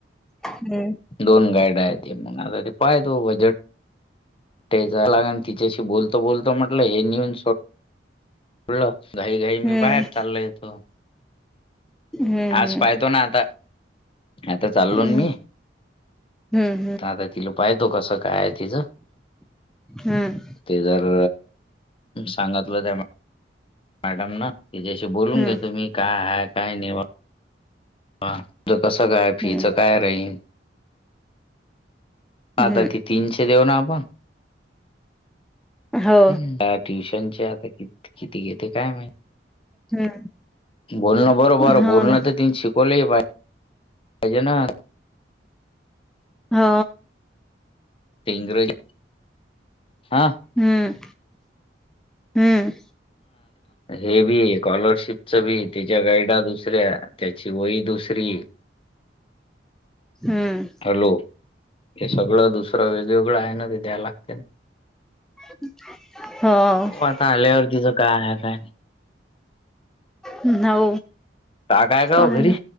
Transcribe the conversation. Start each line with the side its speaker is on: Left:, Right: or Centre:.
Centre: हम्म.
Left: दोन गाईडा आहेत. ते मग आता ते काय तो बजट आणि, तिच्याशी बोलतो बोलतो म्हटलं हे नेऊन. <unintelligible> घाई घाई
Centre: हम्म
Left: मी बाहेर चाललो येतो.
Centre: हम्म
Left: आज पाहतो नाही आता, आता चाललो
Centre: हम्म
Left: ना मी.
Centre: हम्म हम्म हम्म
Left: आता तिला पायतो कसं काय आहे तिज.
Centre: हम्म
Left: ते जर सांगतलं त्यामुळं मॅडम ना तिच्या्याशी बोलून
Centre: हम्म
Left: घेतो, मी काय हाय काय नाय. हा तूझ कसं काय फीचं
Centre: हम्म
Left: काय राईन, आता
Centre: हम्म
Left: तिथ. तीनशे देऊ ना आपण.
Centre: हो
Left: हम्म बॅग ट्युशनचे आता कि किती घेते काय माहित.
Centre: हं.
Left: बोलणं बरोबर
Centre: हो
Left: बोलणं
Centre: ना
Left: तर, तिन शिकवलंही पाहिजे पाहिजे ना.
Centre: हो.
Left: ते इंग्रजी हा
Centre: हम्म. हम्म.
Left: हे बी, स्कॉलरशिपच बी त्याच्या गाईड. दुसऱ्या, त्याची वही दुसरी.
Centre: हम्म.
Left: हॅलो, हे सगळं दुसरं वेगवेगळं आहे ना ते द्याय लागते ना.
Centre: हो.
Left: हो आता आल्यावरतीच काय आहे, काय नाही.
Centre: हम्म हो.
Left: काका आहे का
Centre: पाहा
Left: ओ घरी?
Centre: ना